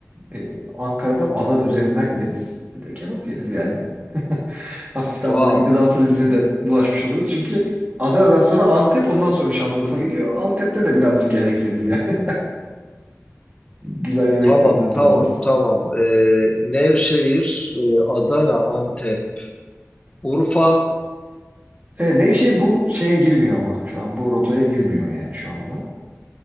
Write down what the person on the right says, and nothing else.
E, Ankara'dan Adana üzerinden gideriz. Bir de kebap yeriz yani. <laughs> Hafiften
böyle bir gıda turizmine de bulaşmış oluruz. Çünkü Adana'dan sonra Antep ondan sonra Şanlıurfa geliyor. Antep'te de birazcık yemek yeriz yani. <laughs> Güzel yemeklerinden
tadarız.
E, Nevşehir bu şeye girmiyor ama şu an bu rotaya girmiyor yani şu anda.